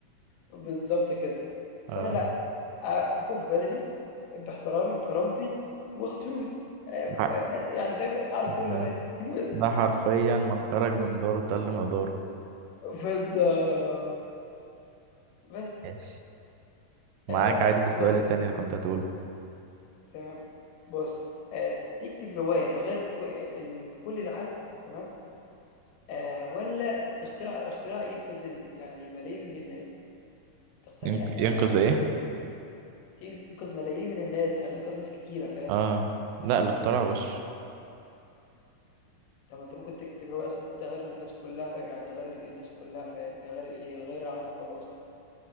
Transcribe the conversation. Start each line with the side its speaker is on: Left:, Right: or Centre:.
Left: بالضبط كده. فأنا
Right: اه
Left: لأ، آآ باكون في بلدي باحترامي، بكرامتي، وآخد فلوس.
Right: حق
Left: أ أس يعني فاهم، أعرف كل اللغات
Right: ده
Left: <laughs> بس.
Right: ده حرفيا من خرج من داره تل مقداره
Left: بالضبط. بس.
Right: ماشي معاك
Left: آآ
Right: عادي في السؤال
Left: بُص
Right: التاني
Left: يا سي
Right: اللي كنت هتقوله
Left: تمام. بُص، آآ تكتب رواية تغيّر ك ال كل العالم تمام، آآ والّا تخترع اختراع ينقذ ال يعني ملايين من الناس؟ تختار
Right: ينق...
Left: إيه أ
Right: ينقذ
Left: يعني
Right: ايه؟
Left: تخت تنقذ ملايين من الناس، يعني ينقذ ناس كتيرة، فاهم؟
Right: اه لا اللي اخترع وش
Left: طب ما أنت ممكن تكتب رواية أصلًا تغيّر الناس كلّها فاهم، يعني تغيّر ال الناس كلّها فاهم، تغيّر ال- يغيّر العالم كلّه أصلًا